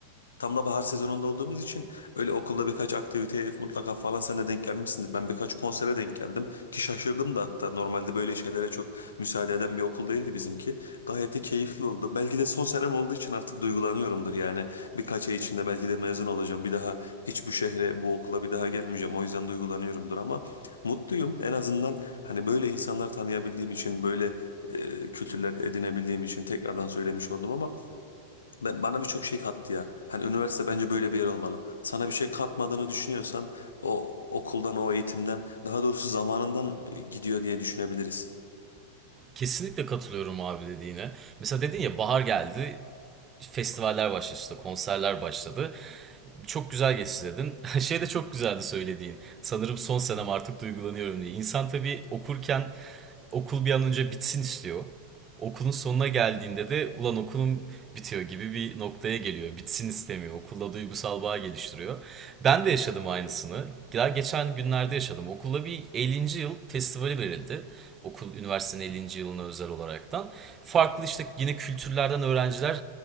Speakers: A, on the left; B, on the right.
A: Tam da bahar sezonunda olduğumuz için öyle okulda birkaç aktiviteye mutlaka falan sen de denk gelmişsindir. Ben birkaç konsere denk geldim ki şaşırdım da hatta normalde böyle şeylere çok müsaade eden bir okul değildi bizimki. Gayet de keyifli oldu. Belki de son senem olduğu için artık duygulanıyorumdur yani. Birkaç ay içinde belki de mezun olacağım. Bir daha hiç bu şehre, bu okula bir daha gelmeyeceğim. O yüzden duygulanıyorumdur ama mutluyum. En azından hani böyle insanlar tanıyabildiğim için, böyle e, kültürler edinebildiğim için tekrardan söylemiş oldum ama ben, bana birçok şey kattı ya. Hani üniversite bence böyle bir yer olmalı. Sana bir şey katmadığını düşünüyorsan o okuldan, o eğitimden, daha doğrusu zamanından gidiyor diye düşünebiliriz.
B: Kesinlikle katılıyorum abi dediğine. Mesela dedin ya bahar geldi, festivaller başladı, konserler başladı. Çok güzel geçti dedin. <laughs> Şey de çok güzeldi söylediğin. Sanırım son senem artık duygulanıyorum diye. İnsan tabii okurken okul bir an önce bitsin istiyor. Okulun sonuna geldiğinde de ulan okulum bitiyor gibi bir noktaya geliyor. Bitsin istemiyor. Okulla duygusal bağ geliştiriyor. Ben de yaşadım aynısını. Daha geçen günlerde yaşadım. Okulda bir 50. yıl festivali verildi. Okul üniversitenin 50. yılına özel olaraktan. Farklı işte yine kültürlerden öğrenciler